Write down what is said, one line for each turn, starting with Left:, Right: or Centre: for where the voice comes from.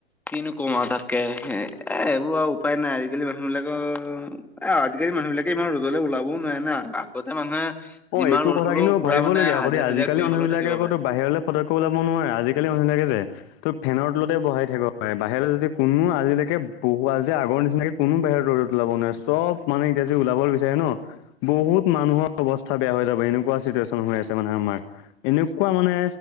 Centre: কিনো কম আৱ তাকেহে এ এইবোৰ আৱ উপায় নাই আজিকালি মানুহ বিলাকৰ এ আজিকালি মানুহ বিলাকে ইমান ৰ'দলে ওলাবও নোৱাৰে না আগতে মানুহে
Left: অ
Centre: যিমান
Left: এইটো
Centre: ৰ'দ
Left: কথা
Centre: হলেও
Left: কিন্তু
Centre: পুৰা
Left: ভাবিব
Centre: মানে
Left: লগীয়া আক
Centre: হাজিৰা
Left: দেই,
Centre: চাজিৰা
Left: আজিকালি
Centre: কৰি
Left: মানুহ
Centre: হলেও
Left: বিলাকে
Centre: থাকিব
Left: আকতো
Centre: পাৰে
Left: বাহিৰলে পতককে ওলাব নোৱাৰে আজিকালি মানুহ সেনেকে যে তো ফেনৰ তলতে বহাই থাকিব পাৰে বাহিৰলে যদি কোনো আজিলেকে বহুৱা যে আগৰ নিচিনাকে কোনো বাহিৰত ৰ'দত ওলাব নোৱাৰে। চব মানে এতিয়া যি ওলাবলে বিচাৰে ন বহুত মানুহৰ অৱস্থা মাথা বেয়া হৈ যাব এনেকুৱা চিটুৱেচন হৈ আছে মানে আমাৰ এনেকুৱা মানে